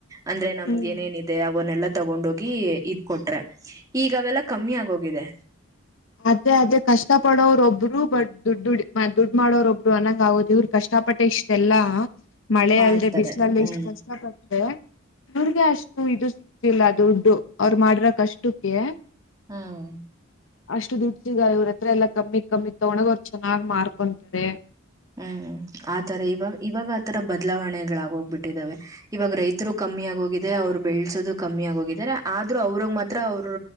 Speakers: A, on the right; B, on the left.
A: ಅಂದ್ರೆ ನಮ್ಗೆ
B: ಹ್ಮ್
A: ಏನೇನ್ ಇದೆ ಅವನ್ನೆಲ್ಲ ತಗೊಂಡೋಗಿ ಇದ್ಕ ಕೊಟ್ರೆ. ಈಗ ಅವೆಲ್ಲ ಕಮ್ಮಿ ಆಗೋಗಿದೆ.
B: ಅದೇ ಅದೇ ಕಷ್ಟ ಪಡೋರೊಬ್ರು ಬಟ್ ದುಡ್ಡು ದುಡ್ ಮ ದುಡ್ ಮಾಡೋರ ಒಬ್ರು ಅನ್ನಂಗ ಆಗೋದ ಇವ್ರ ಕಷ್ಟ ಪಟ್ಟೆ ಇಷ್ಟ ಎಲ್ಲಾ. ಮಳೆ
A: ಮಾಡ್ತಾರೆ
B: ಅಲ್ಲದೆ ಬಿಸಿಲಲ್ಲಿ
A: ಹ್ಮ್
B: ಇಷ್ಟು ಕಷ್ಟ ಪಡ್ಡೆ. ಇವ್ರ್ಗೆ ಅಷ್ಟು ಇದು ಸಿಗ್ತಿಲ್ಲ ದುಡ್ಡು ಅವರು ಮಾಡಿರೋ ಕಷ್ಟಕ್ಕೆ
A: ಹ್ಮ್.
B: ಎಷ್ಟು ದುಡಿದಿದ್ದಾರೆ ಇವ್ರ ಹತ್ರ ಎಲ್ಲ ಕಮ್ಮಿ ಕಮ್ಮಿ ತೊಗೊಂಡೋಗ್ ಅವ್ರು ಚೆನ್ನಾಗ್ ಮಾರ್ಕೊಂತಾರೆ.
A: ಹ್ಮ್ ಆತರ ಇವಾಗ ಇವಾಗ. ತರ ಬದಲಾವಣೆಗಳಾಗೋಗ್ಬಿಟ್ಟಿದಾವೆ ಇವಾಗ ರೈತರು ಕಮ್ಮಿ ಆಗೋಗಿದೆ ಅವ್ರು ಬೆಳಸೋದು ಕಮ್ಮಿ ಆಗ ಹೋಗಿದಿದ್ದಾರೆ ಆದ್ರರು ಅವ್ರಗ್ ಮಾತ್ರ ಅವ್ರ